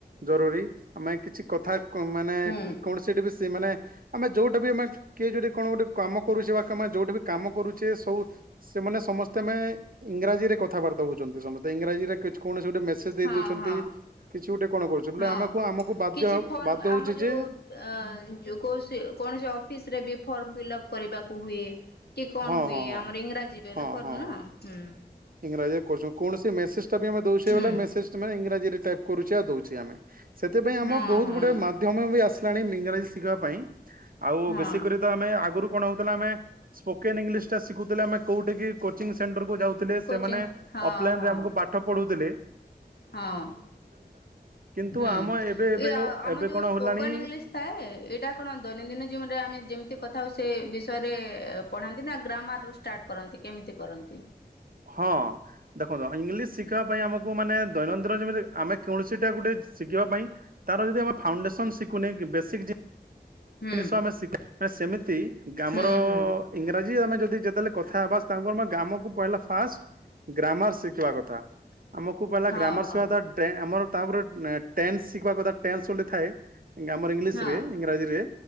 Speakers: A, on the right; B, on the left.
A: ଜରୁରୀ ଆମେ କିଛି କଥା କୁ ମାନେ
B: ହୁଁ
A: କୌଣସି ଟି ବି ସେ ମାନେ ଆମେ ଯୋଉଟା ବି ଆମେ କିଏ ଯଦି କଣ ଗୋଟେ କାମ କରୁଚି ବା କାମେ ଯୋଉଠି ବି କାମ କରୁଚେ, ସବୁ ସେମାନେ ସମସ୍ତେେ ମେ ଇଂରାଜୀରେ କଥାବାର୍ତ୍ତା ହଉଚନ୍ତି ସମସ୍ତେ ଇଂରାଜୀରେ କିଛି କୌଣସି ଗୋଟେ ମେସେଜ ଦେଇ
B: ହଁ
A: ଦଉଛନ୍ତି।
B: ହଁ
A: କିଛି ଗୋଟେ କଣ କରୁଛୁ ବୋଲେ
B: ହଁ
A: ଆମକୁ ଆମକୁ ବାଧ୍ୟ
B: କିଛି ଫର୍ମ
A: ବାଧ୍ୟ ହଉଛି
B: ଆମ ଯୋଉ
A: ଯେ
B: ଅ, ଯୋଉ କୌସି-କୌଣସି ଅଫିସ୍ ରେ ବି ଫର୍ମ ଫିଲ୍ଅପ୍ କରିବାକୁ ହୁଏ। କି କଣ
A: ହଁ
B: ହୁଏ
A: ହଁ ହଁ
B: ଆମର ଇଂରାଜୀ ରେରେ
A: ହଁ
B: କରୁନା,
A: ହଁ ହଁ
B: ହୁଁ
A: ଇଂରାଜୀରେ କରୁଚୁ, କୌଣସି ମେସେଜ ତା ପାଇଁ ଆମେ ଦୋଉଛେ
B: ହୁଁ
A: ବୋଲେ ମେସେଜ୍ ତୁମେ ଇଂରାଜୀରେ ଟାଇପ୍ କରୁ ଚ ଦଉଛି ଆମେ ସେଥିପାଇଁ ଆମର
B: ହଁ
A: ବହୁତ
B: ହଁ
A: ଗୁଡ଼େ ମାଧ୍ୟମ ବି ଆସିଲାଣି ମି ଇଂରାଜୀ ଶିଖିବା ପାଇଁ। ଆଉ
B: ହଁ
A: ବେଶୀ କରି ତ ଆମେ ଆଗରୁ କଣ ହଉଥିଲା ଆମେ ସ୍ପୋକେନ ଇଂଲିଶ ଟା ଶିଖୁଥିଲେ, ଆମେ କୋଉଠି କୋଚିଂ ସେଣ୍ଟର କୁ ଯାଉଥି
B: କୋଚିଂ
A: ସେମାନେ
B: ହଁ
A: ଅଫଲାଇନରେ
B: ହଁ।
A: ଆମକୁ ପାଠ ପଢ଼ୋଉ ଥିଲେ
B: ହଁ
A: କିନ୍ତୁ
B: ହୁଁ
A: ଆମ ଏବେ ଏବେ
B: ଏ ଆମ
A: ଏବେ
B: ଯୋଉ
A: କଣ
B: ସ୍ପୋକନ
A: ହେଲାଣି
B: ଇଂଲିଶ ଥାଏ ଏଇଟା କଣ ଦୈନନ୍ଦିନ ଜୀବନରେ ଆମେ ଯେମିତି କଥା ହୋଉ ସେ ବିଷୟରେ ପଢ଼ାନ୍ତି ନା ଗ୍ରାମାର ରୁ ଷ୍ଟାର୍ଟ କରନ୍ତି କେମିତି କରନ୍ତି?
A: ହଁ ଦେଖନ୍ତୁ ଇଂଲିଶ ଶିଖିବା ପାଇଁ ଆମକୁ ମାନେ ଦୈନନ୍ଦ ଯେମିତି ଆମେ କୌଣସିଟା ଗୋଟେ ଶିଖିବା ପାଇଁ ତାର ଯଦି ଆମେ ଫାଉଣ୍ଡେସନ ଶିଖୁନି ବେସିକ
B: ହୁଁ
A: ଜିନିଷ ଆମେ ଶିଖ ମ ସେମିତି ଆର
B: ହୁଁ ହୁଁ
A: ଇଂରାଜୀ ଆମେ ଯଦି ଯେତେବେଳେ କଥାବାସ୍ ତାଙ୍କୁ ଆମ ଗାମକୁ କହିଲା ଫାଷ୍ଟ ଗ୍ରାମର ଶିଖିବା କଥା ଆମକୁ ପହିଲା
B: ହଁ
A: ଗ୍ରାମର
B: ହଁ
A: ଶିଖିବା ଟେ ଆମର ତାପରେ ଅ ଟେନ୍ସ ଶିଖିବା କଥା ଟେନ୍ସ ବୋଲି ଥାଏ ଆମର ଇଂଲିଶରେ
B: ହଁ
A: ଇଁରାଜୀରେ